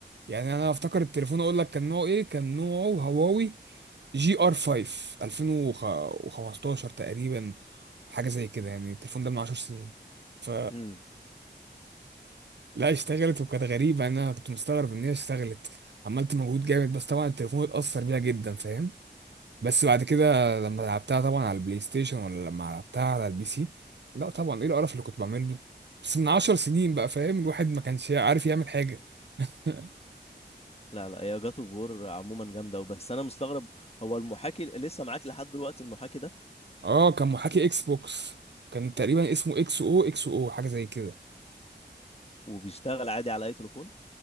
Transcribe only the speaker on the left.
امم
لا لا يا جاد اوف وور عموما جامده وبس انا مستغرب هو المحاكي لسه معاك لحد دلوقتي المحاكي ده
وبيشتغل عادي على اي تليفون